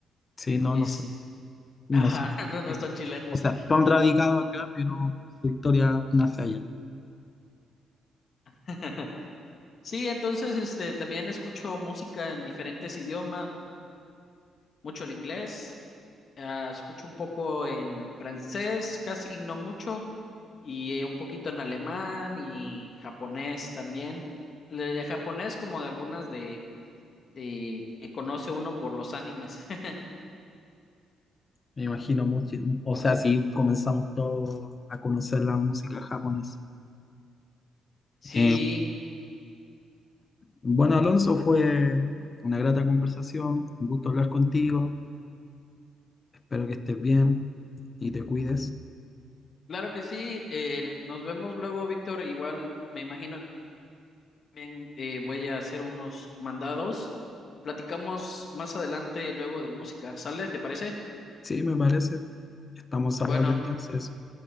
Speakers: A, on the left; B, on the left.
A: Sí, no,
B: es,
A: no soy,
B: <laughs>
A: no
B: ajá,
A: soy de
B: no,
A: Chile.
B: no son chilenos.
A: O sea, tú han radicado acá, pero su historia nace allá.
B: <laughs> Sí, entonces este también escucho música en diferentes idiomas. mucho el inglés, ah, escucho un poco en francés, casi no mucho, y un poquito en alemán y japonés también. Le- De japonés como de algunas de, de que conoce uno por los animes. <laughs>
A: Me imagino mucho. O sea, sí, comenzamos todos a conocer la música japonesa.
B: Sí,
A: Eh, bueno, Alonso, fue una grata conversación. Un gusto hablar contigo. Espero que estés bien y te cuides.
B: claro que sí. eh, nos vemos luego, Víctor. Igual me imagino también eh, voy a hacer unos mandados. Platicamos más adelante luego de música. ¿Sale? ¿Te parece?
A: Sí, me parece. Estamos
B: Bueno,
A: al habla entonces.